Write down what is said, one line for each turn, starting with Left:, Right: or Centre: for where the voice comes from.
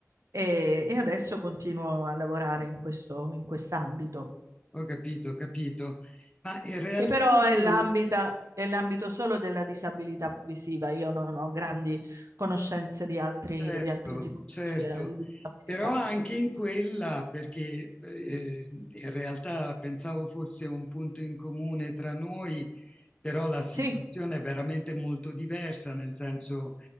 Right: e, e adesso continuo a lavorare in questo, in quest'ambito,
Left: ho capito, ho capito. Ma in realtà
Right: che però
Left: io,
Right: è l'ambita- è l'ambito solo della disabilità visiva. Io non ho grandi conoscenze di altri,
Left: Certo,
Right: di altre tipologie
Left: certo,
Right: di disabilità.
Left: però anche in quella, perché eh, in realtà pensavo fosse un punto in comune tra noi, però la situazione
Right: Sì,
Left: è veramente molto diversa, nel senso,